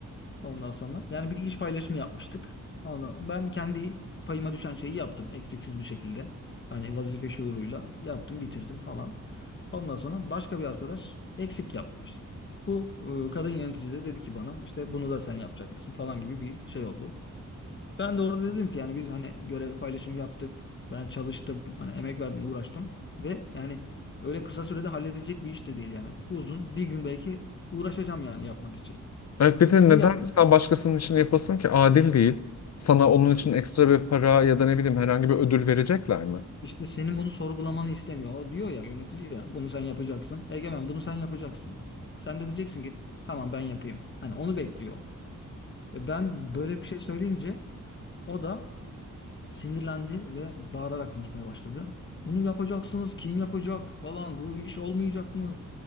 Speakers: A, on the left (about 40°); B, on the left (about 55°).
A: Ondan sonra yani bir iş paylaşımı yapmıştık. Onu ben kendi payıma düşen şeyi yaptım eksiksiz bir şekilde. Hani vazife şuuruyla yaptım, bitirdim falan. Ondan sonra başka bir arkadaş eksik yapmış. Bu e, kadın yönetici de dedi ki bana işte bunu da sen yapacaksın falan gibi bir şey oldu. Ben de orada dedim ki yani biz hani görev paylaşımı yaptık. Ben çalıştım, hani emek verdim, uğraştım ve yani öyle kısa sürede halledilecek bir iş de değil yani. Uzun bir gün belki uğraşacağım yani yapmak için.
B: Evet bir de
A: Onu
B: neden
A: yapmak
B: sen başkasının için yapasın ki adil değil. Sana onun için
A: istedim.
B: ekstra bir para ya da ne bileyim herhangi bir ödül verecekler mi?
A: İşte senin bunu sorgulamanı istemiyor. O diyor ya yönetici ya bunu sen yapacaksın. Egemen bunu sen yapacaksın. Sen de diyeceksin ki tamam ben yapayım. Hani onu bekliyor. Ve ben böyle bir şey söyleyince o da sinirlendi ve bağırarak konuşmaya başladı. Bunu yapacaksınız kim yapacak falan bu iş olmayacak mı